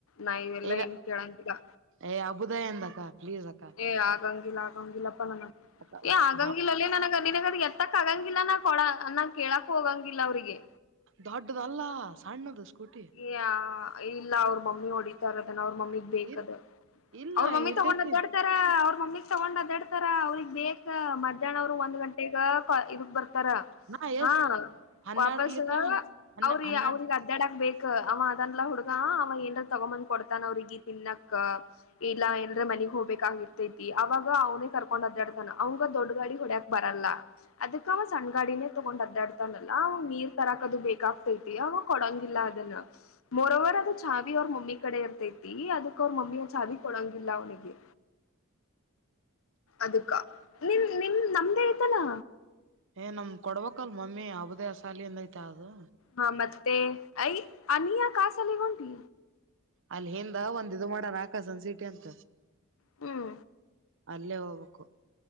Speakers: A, on the left (about 65°); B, on the right (about 60°).
A: ನಾ ಇವೆಲ್ಲಾ
B: ಇಲ್ಲ
A: ಏನ್ ಕೇಳಾಗಿಲ್ಲಾ
B: ಏ ಅಬುದಾಯದಕ್ಕಾ ಪ್ಲೀಸ್ ಅಕ್ಕಾ
A: ಏ ಆಗಂಗಿಲ್ಲ ಆಗಂಗಿಲ್ಲಪ್ಪಲ್ಲ ನನಗ
B: ಅಕ್ಕ
A: ಆಗಂಗಿಲ್ಲಾ
B: ಬಾ
A: ಅಲ್ಲೇ ನನಗ ನಿನಗಾದ ಎತ್ತಕ್ಕ ಆಗಾಗಿಲ್ಲಾ ನಾ ಕೊಡ ಅನ್ನ ಕೇಳಕ್ಕ ಹೋಗಾಗಿಲ್ಲ ಅವ್ರಿಗೆ.
B: ದೊಡ್ಡದಲ್ಲಾ ಸಣ್ಣದು ಸ್ಕೂಟಿ
A: ಈ ಇಲ್ಲ ಅವ್ರ ಮಮ್ಮಿ ಹೊಡಿ ದ ಅವ್ರ ಮಮ್ಮಿಗ್ ಬೇಕದ
B: ಇಲ್ ಇಲ್ಲ
A: ಅವ್ರ ಮಮ್ಮಿ
B: ಇರ್ತೇತಿ
A: ತಗೊಂಡ್ ತರ ಅವ್ರ ಮಮ್ಮಿಗ್ ತೊಗೊಂಡ್ ಅಡ್ಯಾಡತಾರ್ ಅವ್ರಗ್ ಬೇಕ ಮಧ್ಯಾಹ್ನ ಅವರು ಒಂದ್ ಗಂಟೆ ಈಗ ಕಾ ಇದಕ್ ಬರ್ ತರಾ
B: ನಾ ಎಷ್ಟ
A: ಹಾ
B: ಹನ್ನೆರಡು
A: ವಾಪಸ್
B: ಲೀಟ್ರ ಹನ್ ಹನ್ನ
A: ಅವ್ರಿ
B: ಹನ್ನೆರಡು
A: ಅವ್ರಿಗೆ ಅಡ್ಯಾಡಕ್ ಬೇಕ ಅವ ಅದನಲಾ ಹುಡುಗಾ ಅವ ಏನ್ ತಗೊಂಬಂದ್ ಕೊಡ್ತಾನ ಅವ್ರಿಗೆ ತಿನ್ನಾಕ್ ಇಲ್ಲಾ ಎಲ್ರೆ ಮನಗ್ ಹೋಗ್ಬೇಕಾಗಿರ್ತೈತಿ ಅವಾಗ ಅವನೇ ಕರ್ಕೊಂಡ್ ಅದ್ ಒಡ್ತಾನ ಅವಗ ದೊಡ್ಡ ಗಾಡಿ ಹೊಡ್ಯಾಕ್ ಬರಲ್ಲಾ ಅದಕ್ಕ ಅವಾ ಸಣ್ಣ ಗಾಡಿನೇ ತೊಗೊಂಡ್ ಅದ್ದಾಡ್ತಾನಲ್ಲಾ ಅವ ನೀರ್ ತರಾಕದು ಬೇಕಾಗ್ತೈತಿ ಅವಾ ಕೊಡಂಗಿಲ್ಲಾ ದಲ್ಲ್ ಮೊರೊವರ್ ಅದು ಛಾವಿ ಅವ್ರ ಮಮ್ಮಿ ಕಡೆ ಇರ್ತೈತಿ ಅದಕ್ ಅವ್ರ ಮಮ್ಮಿಯ ಛಾವಿ ಕೊಡಂಗಿಲ್ಲಾ ಅವನಿಗೆ ಅದಕ್ಕ ನಿಮ ನಿಮ ನಮ್ದೇ ಐತಲಾ
B: ಏ ನಮಗ ಕೊಡ್ಬೇಕಲ್ ಮಮ್ಮಿ ಅಬುದೇ ಅಸಾಲಿಂದ ಐತ ಅದು.
A: ಹಾ ಮತ್ತೆ ಐಯ ಅನಿಯಾ ಕಾಸ ಅಲ್ಲಿಗ ಹೋಂಟಿ
B: ಅಲ್ಲಿ ಹಿಂದ ಒಂದ ಇದು ಮಾಡಾರ ಆಕಾಶಂದ ಸೀಟಿ ಅಂತ.
A: ಹುಂ
B: ಅಲ್ಲೇ ಹೋಗ್ಬೇಕು